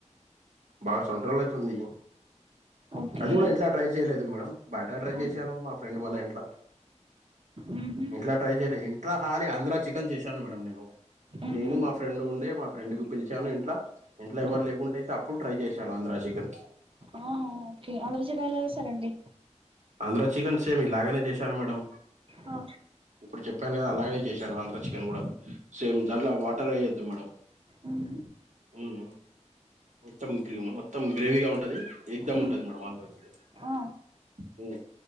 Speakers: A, on the right; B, on the right.
A: బాగ సంవత్సరాలయితుంది
B: ఓకే
A: అది గూడ ఇంట్ల ట్రై చేయలేదు మేడం బయట ట్రై
B: ఆ
A: చేశాను మా ఫ్రెండ్ వాల్ల ఇంట్ల
B: ఊహు
A: ఇంట్ల ట్రై చేయలే, ఇంట్లా ఖాలీ ఆంధ్ర చికెన్ చేశాను మేడం నేను
B: ఊహు
A: నేను మా ఫ్రెండ్ ఉండే మా ఫ్రెండ్ కు పిలిచాను ఇంట్లా, ఇంట్ల
B: ఊ
A: ఎవరు లేకుంటేయితే అప్పుడు ట్రై చేశాను ఆంధ్రా చిక్ చికన్
B: ఆహా ఓ కే ఆరోజు ఎలా ఎలా చేశారండి
A: ఆంధ్ర చికెన్ సేమ్ ఇలాగనే చేశాను మేడం
B: ఆ
A: ఇప్పుడు చెప్పాను గదా అలాగనే చేశాను ఆంధ్ర చికెన్ కూడా, సేమ్ దాంట్ల వాటర్ ఎయ్యొద్దు మేడం
B: ఉమ్
A: ఉమ్ మొత్తం గ్రే మొత్తం గ్రేవీగా ఉంటది ఎగ్ధం
B: ఊ
A: ఉంటది మేడం ఆంద్రా చికెన్
B: ఆ
A: హ్మ్